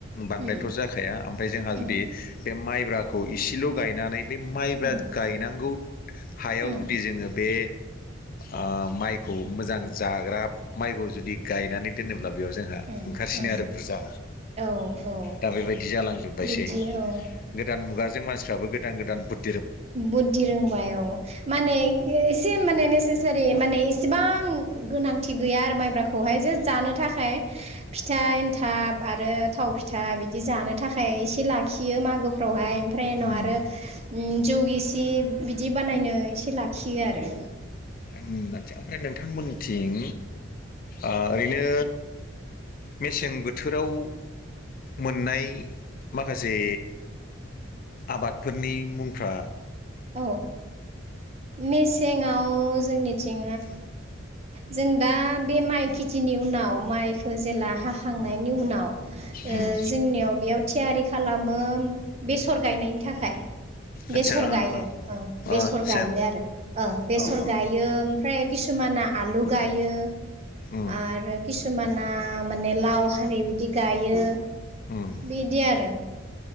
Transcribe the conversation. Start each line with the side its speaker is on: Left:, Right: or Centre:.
Left: बांद्रायथ'
Right: उम
Left: जाखाया ओमफ्राय जोंहा जुदि
Right: उम
Left: बे माइब्राखौ इसेल' गायनानै। बे माइब्रा
Right: उम
Left: गायनांगौ हायाव
Right: उम
Left: जुदि जोङो बे ओ माइखौ मोजां जाग्रा माइखौ जुदि गायनानै दोनोब्ला बेयाव जोंहा
Right: उम
Left: ओंखारसिनो
Right: उम
Left: आरो बुरजा
Right: औ औ
Left: दा बेबायदि जालांजोब्बायसै
Right: बिदि औ
Left: गोदान मुगाजों मानसिफ्राबो गोदान गोदान बुद
Right: बुद्धि रोंबाय औ माने एसे माने ने जेरै माने इसेबां गोनांथि गैया आरो माइब्राखौहाय जे जानो थाखाय फिथा एन्थाब आरो थाव फिथा बिदि जानो थाखाय एसे लाखियो मागोफ्रावहाय ओमफ्राय उनाव
Left: उम
Right: आरो जौ गिसि बिदि बानायनो एसे लाखियो आरो
Left: आतचा ओमफ्राय नोंथांमोनथिं ओरैनो मेसें बोथोराव मोननाय माखासे आबादफोरनि मुं फ्रा
Right: औ मेसेंआव जोंनिथिं
Left: <inaudible>
Right: जों दा बे माइ खेथिनि उनाव माइखौ जेला हाखांनायनि उनाव
Left: उम
Right: जोंनियाव बेयाव थियारि खालामो बेसर गायनायनि थाखाय
Left: आदसा
Right: बेसर गायो
Left: ओ ओ
Right: -बेसर
Left: ओ
Right: गायो
Left: सेम
Right: आरो बेसर
Left: अ अ
Right: गायो ओमफ्राय किसुमाना आलु गायो
Left: उम
Right: आरो किसुम सुमाना माने लाव हारि बिदि गायो
Left: उम
Right: बिदि आरो